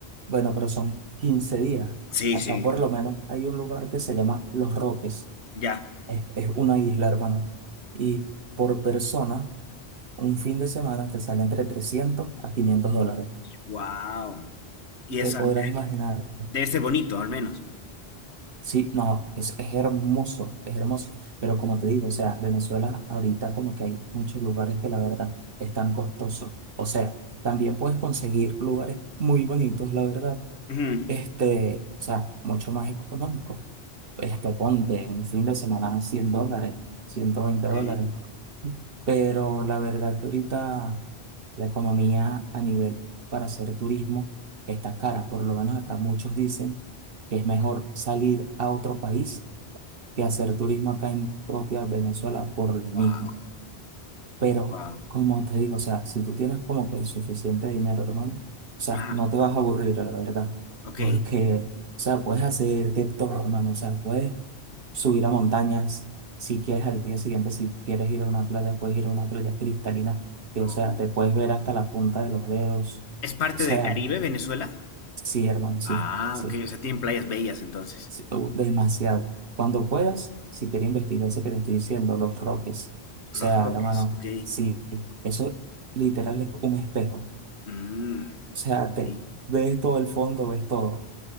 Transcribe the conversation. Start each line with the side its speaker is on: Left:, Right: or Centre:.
Right: Bueno, pero son 15 días.
Left: Sí,
Right: Acá
Left: sí.
Right: por lo menos hay un lugar que se llama Los Roques.
Left: Ya.
Right: Es, es una isla, hermano. Y por persona, un fin de semana te sale entre 300 a 500 dólares.
Left: Wow. Y
Right: Te
Left: eso
Right: podrás
Left: al-
Right: imaginar
Left: debe ser bonito, al menos.
Right: Sí, no, es, es hermoso, es hermoso. Pero como te digo, o sea, Venezuela ahorita como que hay muchos lugares que la verdad están costosos. O sea, también puedes conseguir lugares muy bonitos, la verdad,
Left: Ujú.
Right: este, o sea, mucho más económicos. Este, ponte un fin de semana 100 dólares, ciento veinte
Left: Ok.
Right: dólares. Pero la verdad que ahorita la economía a nivel para hacer turismo está cara. Por lo menos acá muchos dicen que es mejor salir a otro país que hacer turismo acá en propia Venezuela por lo mismo.
Left: Wow.
Right: Pero,
Left: Wow.
Right: como te digo, o sea, si tú tienes como que el suficiente dinero, hermano, o sea,
Left: Ah,
Right: no te vas a aburrir, la verdad.
Left: ok.
Right: Porque, o sea, puedes hacer de todo, hermano. O sea, puedes subir a montañas, si quieres al día siguiente, si quieres ir a una playa, puedes ir a una playa cristalina, que
Left: Oh.
Right: o sea, te puedes ver hasta la punta de los dedos.
Left: ¿Es parte
Right: O sea,
Left: de Caribe, Venezuela?
Right: sí, hermano, sí,
Left: Ah,
Right: sí,
Left: ok. O sea, tienen playas bellas entonces.
Right: sí, uh, demasiado. Cuando puedas, si quieres investigar eso que te estoy diciendo, los roques. O sea,
Left: Los Roques,
Right: hermano,
Left: ok.
Right: sí, eso literal es un espejo. O
Left: Mm,
Right: sea,
Left: ok.
Right: te ves todo el fondo, ves todo.